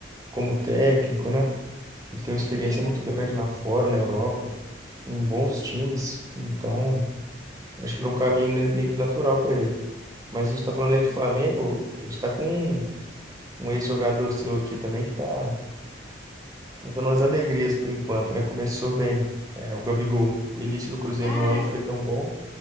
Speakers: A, on the right (about 20°); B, on the left (about 50°).
A: como técnico, né? Ele tem uma experiência
B: é.
A: muito grande lá fora, na Europa, em bons times. Então, acho que é um caminho ne- meio que natural para ele. Mas a gente está falando aí do
B: Hum.
A: Flamengo, a gente está com um, um ex-jogador seu aqui também que está dando umas alegrias por enquanto, né? Começou bem, é, o Gabigol. O início do Cruzeiro
B: Ah,
A: no ano não foi tão bom,